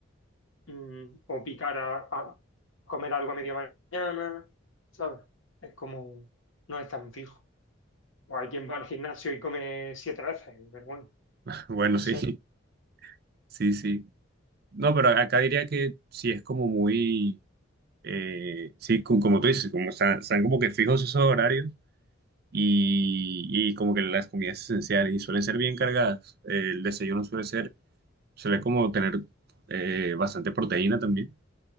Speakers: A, on the left (about 80°); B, on the right (about 50°).
A: mm, o picar a, comer algo a media mañana, ¿sabes? Es como, no es tan fijo. O hay quien va al gimnasio y come siete veces, pero bueno,
B: <laughs> bueno,
A: no
B: sí,
A: sé.
B: sí, sí. No, pero acá diría que sí es como muy Eh, sí, co- como tú dices, como están, están como que fijos esos horarios y, y como que las comidas esenciales y suelen ser bien cargadas. Eh, el desayuno suele ser, suele como tener eh, bastante proteína también,